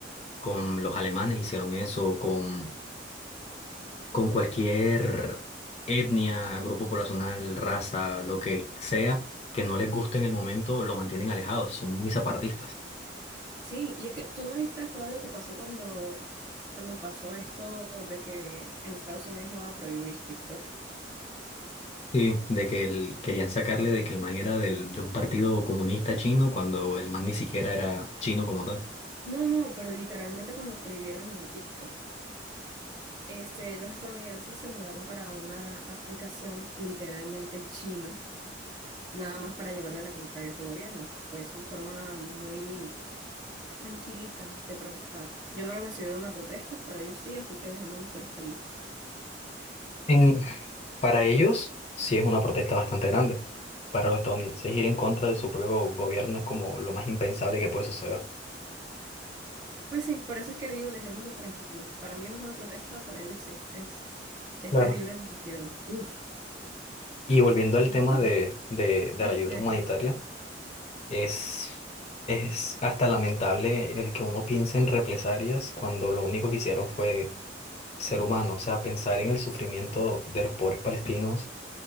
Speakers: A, on the left; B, on the right.
A: con los alemanes hicieron eso, con, con cualquier etnia, grupo poblacional, raza, lo que sea, que no les guste en el momento, lo mantienen alejados, son muy separatistas.
B: Sí, y es que tú no viste todo lo que pasó cuando, cuando pasó esto de que en Estados Unidos iban a prohibir TikTok.
A: Sí, de que el- querían sacarle de que el man era del- de un partido comunista chino cuando el man ni siquiera era chino como tal.
B: No, no, pero literalmente cuando prohibieron TikTok, este, los estadounidenses se mudaron para una aplicación literalmente china, nada más para llevarle la contraria a su gobierno. Fue su forma muy tranquilita de protestar. Yo no lo considero una protesta, pero ellos sí, así que dejémoslos ser felices.
A: En- para ellos, sí es una protesta bastante grande. Para los estadounidenses, ir en contra de su propio gobierno es como lo más impensable que puede suceder.
B: Pues sí, por eso es que digo, dejémoslos tranquilos. Para mí no es una protesta, para ellos sí. Es, es
A: Claro.
B: terrible lo que hicieron. Uf,
A: Y volviendo al
B: sí,
A: tema
B: bastante.
A: de, de, de
B: Este,
A: la ayuda humanitaria, es, es hasta lamentable el que uno piense en represalias cuando lo único que hicieron fue ser humano, o sea, pensar en el sufrimiento de los pobres palestinos